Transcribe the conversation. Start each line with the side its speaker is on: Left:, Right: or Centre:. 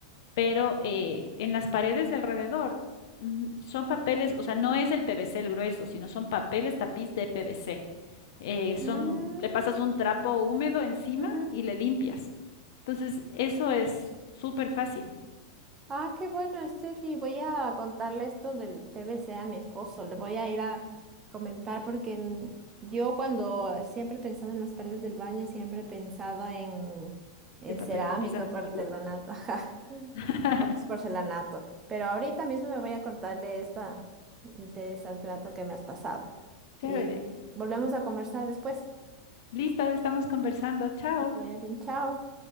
Left: pero eh, en las paredes de alrededor mm, son papeles, o sea, no es el PVC el grueso, sino son papeles tapiz de PVC. Eh, son,
Right: Mm,
Left: le pasas un trapo húmedo encima
Right: ujú.
Left: y le limpias. Entonces, eso es súper fácil,
Right: Ah, qué bueno, Steffi. Voy a contarle esto del PVC a mi esposo. Le voy a ir a comentar porque en- yo cuando siempre he pensado en las paredes del baño, siempre he pensado en, en
Left: el papel
Right: cerámica,
Left: tapiz antiguo.
Right: porcelanato, <laughs> ajá,
Left: <laughs>
Right: o es porcelanato. Pero ahorita mismo me voy a contarle esta interesante dato que me has pasado.
Left: Chévere.
Right: Y volvemos a conversar después.
Left: Listo, estamos conversando. Chao.
Right: Que te vaya bien, chao.